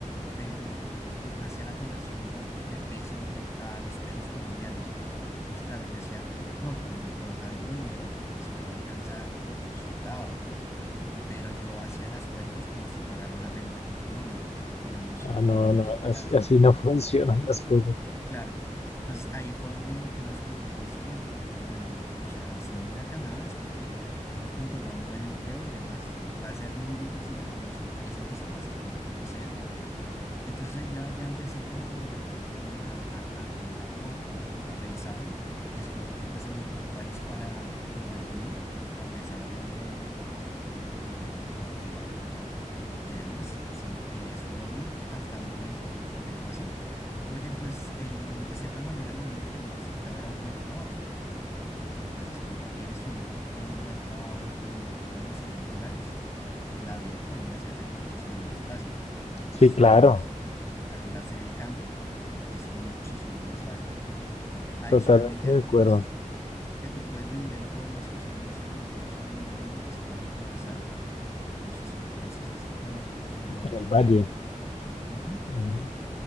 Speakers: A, on the left (about 20°); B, on the left (about 50°).
A: pero lo- hacía la conversión de, lo, de pesos del- a los pesos colombianos. Entonces, claro, yo decía, no, con, con tanto dinero, pues me va a alcanzar sobrado, ¿no? pero yo hacía las cuentas como si pagara un arriendo aquí en Colombia. Entonces, digamos,
B: Ah,
A: por
B: no,
A: lo menos
B: no,
A: el
B: así,
A: arriendo,
B: así no <laughs> funcionan las cosas.
A: claro. Entonces, ahí fue donde yo descubrí lo siguiente. Yo dije, bueno, no, o sea, si me voy a ir a Canadá es porque tengo que encontrar un buen empleo y demás. Va a ser muy difícil al inicio y es empezar básicamente de cero. Entonces, eh, ya, ya empecé como... como a, a- a tomarlo o a revisarlo y descubrí que pues el mejor país para poder vivir, a pesar de, de como que la política y demás. Siento que es Colombia, hasta el momento lo tengo así, porque pues eh, de cierta manera lo único que yo necesitaba era un buen trabajo y pues descubrí que si uno tiene un buen trabajo donde tú ganes en dólares, la vida en Colombia se hace muchísimo más fácil, porque pues
B: Sí, claro,
A: digamos, al hacer el cambio es muchísimo más fácil. Adicionalmente
B: totalmente
A: a eso,
B: de acuerdo.
A: pues que tú puedes vivir en pueblos que son muy seguros. De hecho, hay un pueblo que se llama Zarzal, no sé si lo conoces, es por, por el, Bauchi-
B: En el
A: por
B: valle,
A: el Valle del Cauca. Ujú.
B: mm,